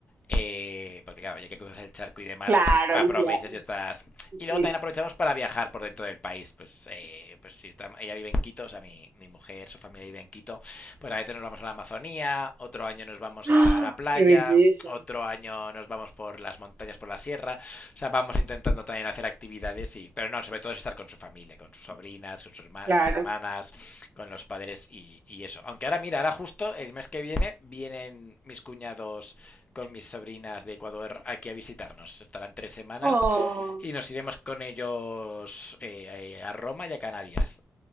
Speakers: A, on the left; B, on the right.
A: eh, porque claro, ya que cruzas el charco y demás,
B: Claro,
A: pues aprovechas
B: el viaje.
A: y estás...
B: sí.
A: Y luego
B: sí.
A: también aprovechamos para viajar por dentro del país, pues, eh, pues si está, ella vive en Quito, o sea, mi, mi mujer, su familia vive en Quito, pues a veces nos vamos a la Amazonía, otro año nos vamos
B: ¡Ah!
A: a la playa,
B: ¡Qué belleza!
A: otro año nos vamos por las montañas, por la sierra, o sea, vamos intentando también hacer actividades, y pero no, sobre todo es estar con su familia, con sus sobrinas, con, sus herma-
B: Claro.
A: con sus hermanas, con los padres y, y eso. Aunque ahora, mira, ahora justo el mes que viene vienen mis cuñados con mis sobrinas de Ecuador aquí a visitarnos. Estarán tres semanas
B: Oh,
A: y nos iremos con ellos eh, a Roma y a Canarias.